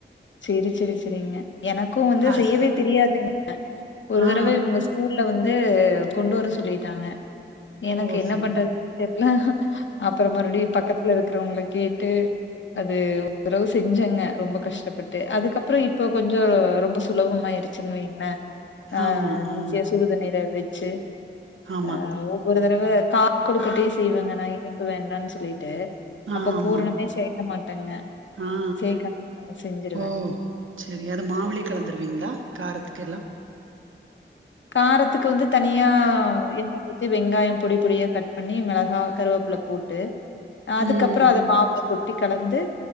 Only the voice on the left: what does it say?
சேரி சேரி சேரிங்க எனக்கு வந்து
செய்யவே தெரியாதுங்க ஒரு தடவ
இவங்க ஊர்ல வந்து கொண்டு வர சொல்லிட்டாங்க எனக்கு
என்ன
பண்றது தெர்ல அப்றோ மறுபடியு பக்கத் துல இருக்கறவங்கள கேட்டு அது ஒரு தடவ செஞ்சங்க ரொம்ப கஷ்டப்பட் ட்டு அதுக்கப்றோ இப்ப கொஞ்ச ரொம்ப சுலபமாயிருச்சுன்னு வையுங்களே ஆ
சுடுதண்ணிர வெச்சு
ஆ உ ஒரு தடவ கா கொழுக்கட்டயு செய்வங்க நா இனிப்பு வேண்டானு சொல்லிட்டு
அப்போ
பூரணமே சே க்க மாட்டேங்க
சேக்க செஞ்சு
காரத்துக்கு வந்து தனியா எண்ணெய் ஊத் தி வெங்காயம் பொடி பொடியா கட் பண்ணி மெளகா கருவேப்பள்ள போட்டு அதுக்
அப்றோ
அத மாவுல போட் டு கலந்து